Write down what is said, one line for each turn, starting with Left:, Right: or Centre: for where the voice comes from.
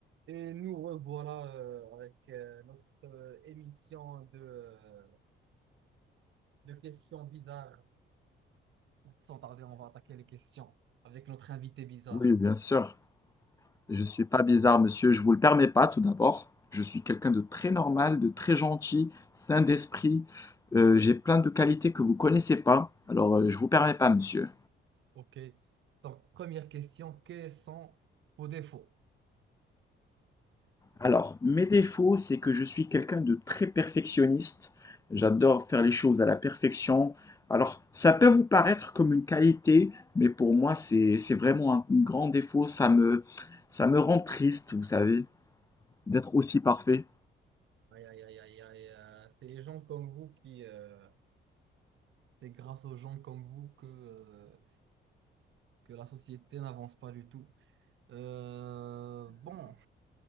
Right: Et nous revoilà euh, avec euh, notre euh, émission de, euh, de questions bizarres. Sans tarder, on va attaquer les questions avec notre invité bizarre.
Left: Oui, bien sûr. Je suis pas bizarre, monsieur. Je vous le permets pas, tout d'abord. Je suis quelqu'un de très normal, de très gentil, sain d'esprit. Euh, j'ai plein de qualités que vous connaissez pas. Alors, euh, je vous permets pas, monsieur.
Right: OK. Donc, première question, quels sont vos défauts? <laughs>
Left: Alors, mes défauts, c'est que je suis quelqu'un de très perfectionniste. J'adore faire les choses à la perfection. Alors, ça peut vous paraître comme une qualité, mais pour moi, c'est c'est vraiment un grand défaut. Ça me ça me rend triste, vous savez, d'être aussi parfait.
Right: Aïe, aïe, aïe, aïe, aïe, euh, c'est les gens comme vous qui... euh, c'est grâce aux gens comme vous que, euh, que la société n'avance pas du tout. Euh, bon,